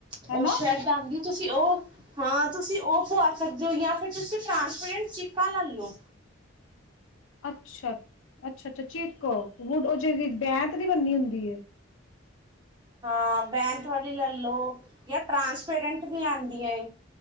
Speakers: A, on the right (about 25°); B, on the left (about 80°).
A: ਉਹ
B: ਹਨਾ
A: ਸ਼ੈਡ ਆਉਂਦੀ ਤੁਸੀਂ ਉਹ ਹਾਂ ਤੁਸੀਂ ਉਹ ਪਆ ਸਕਦੇ ਹੋ ਜਾਂ ਫਿਰ ਤੁਸੀਂ ਟ੍ਰਾਂਸਪੇਰੈਂਟ ਚੀਕਾਾਂ ਲ਼ੇ ਲਓ
B: ਅੱਛਾ ਅੱਛਾ ਅੱਛਾਚੀਕ ਉਹ ਜੇ ਬੈਂਤ ਦੀ ਬਨੀ ਹੁੰਦੀ ਹੈ
A: ਹਾਂ ਬੈਂਤ ਵਾਲੀ ਲੈ ਲੋ ਜਾਂ ਟ੍ਰਾਂਸਪੇਰੈਂਟ ਵੀ ਆਉਂਦੀ ਐ